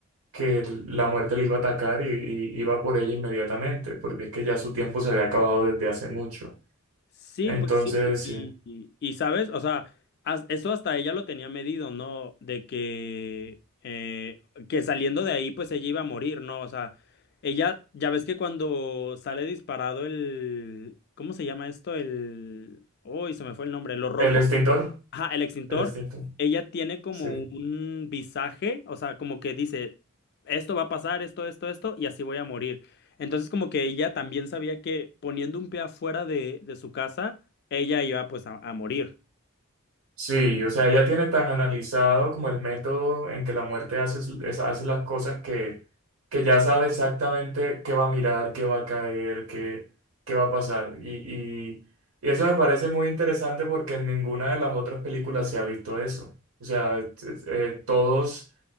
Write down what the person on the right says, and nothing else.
que la muerte le iba a atacar y, y iba por ella inmediatamente, porque es que ya su tiempo se había acabado desde hace mucho.
Entonces,
sí.
El extintor,
el extintor,
sí.
Sí, o sea, ella tiene tan analizado como el método en que la muerte hace, su- es- hace las cosas que, que ya sabe exactamente qué va a mirar, qué va a caer, qué, qué va a pasar. Y, y, y eso me parece muy interesante porque en ninguna de las otras películas se ha visto eso. O sea, es- es- eh, todos